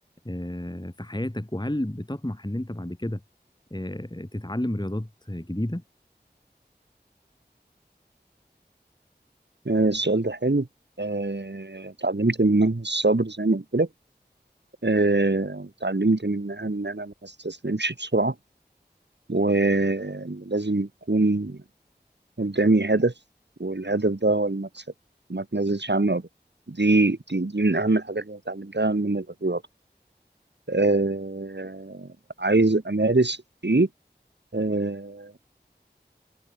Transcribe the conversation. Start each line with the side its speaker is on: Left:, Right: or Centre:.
Left: آه، في حياتك وهل بتطمح إن أنت بعد كده آه، تتعلم رياضات جديدة؟
Right: آه، السؤال ده حلو آه، اتعلمت منها الصبر زي ما قلت لك آه، اتعلمت منها ان انا ما استسلمش بسرعة ولازم يكون قدامي هدف والهدف ده هو المكسب ما تنزلش عنه أبدا دي دي دي من أهم الحاجات اللي أنا اتعلمتها من الرياضة آه عايز أمارس إيه آه